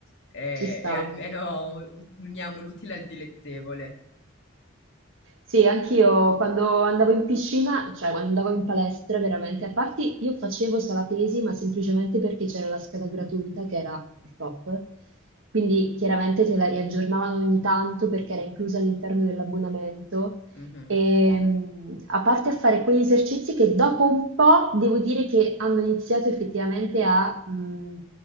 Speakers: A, on the left; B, on the right.
A: e,
B: ci sta.
A: e almeno uniamo l'utile al dilettevole.
B: Sì, anch'io quando andavo in piscina, cioè quando andavo in palestra, veramente, a parte io facevo sala pesi, ma semplicemente perché c'era la scheda gratuita che era il top, quindi chiaramente te la riaggiornavano ogni tanto perché era inclusa all'interno dell'abbonamento.
A: Mhm,
B: E mh, a parte a fare quegli esercizi che dopo un po' devo dire che hanno iniziato effettivamente a mh,